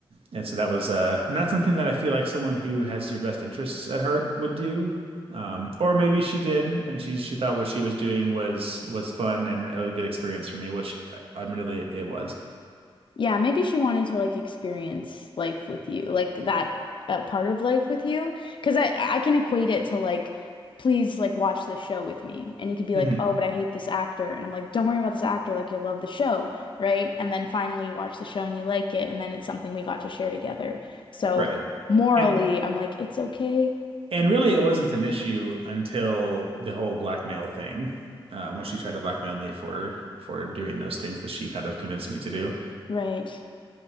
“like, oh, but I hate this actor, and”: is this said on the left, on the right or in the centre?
Left